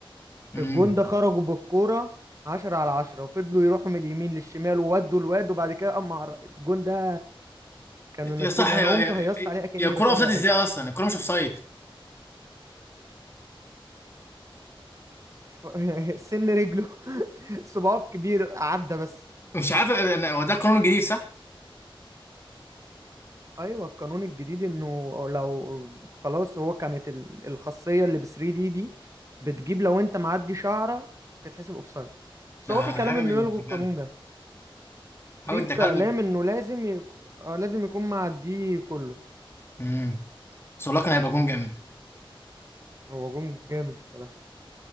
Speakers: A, on the left (about 25°); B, on the right (about 35°).
A: امم
B: الجون ده خرجوا بالكورة عشرة على عشرة وفضلوا يروحوا من اليمين للشمال وودوا الواد وبعد كده اما عر... الجون ده كان ممزجني
A: يا صح يا
B: انا قمت
A: يا,
B: هيصت عليه اكني
A: يا كرة
B: بشجع
A: اوفسايد
B: الانتر
A: ازاي اصلا الكرة مش اوفسايد
B: ف... <laughs> سن رجله <laughs> صباعه الكبير عدى بس
A: مش عارف انا هو ده القانون الجديد صح؟
B: ايوه القانون الجديد انه لو خلاص هو كانت ال- الخاصيه اللي ب 3 دي دي بتجيب لو انت معدي شعره تتحسب اوفسايد بس
A: ده
B: هو في كلام
A: حاجة
B: انه
A: بنت
B: يلغوا القانون
A: كلب
B: ده
A: حاجة
B: في
A: بنت
B: كلام
A: كلب
B: انه لازم يك... آه، لازم يكون معديه كله
A: امم سولاكا هيبقى جون جامد
B: هو جون جامد الصراحه